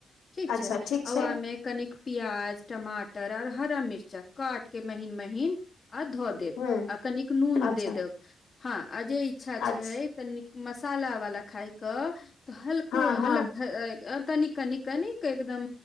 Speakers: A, on the left; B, on the left.
A: ठीक
B: अच्छा
A: छै
B: ठीक
A: आ
B: छै
A: ओआमे कनिक प्याज टमाटर और हरा मिर्चा काट के महीन महीन आ धो दे
B: हूँ
A: कनिक नून
B: अच्छा
A: दे देब हँ जे इच्छा
B: अच्छा
A: छै त मसाला वाला खाायके तऽ हलको
B: हँ हँ
A: हलक तनी कनि कनिक एकदम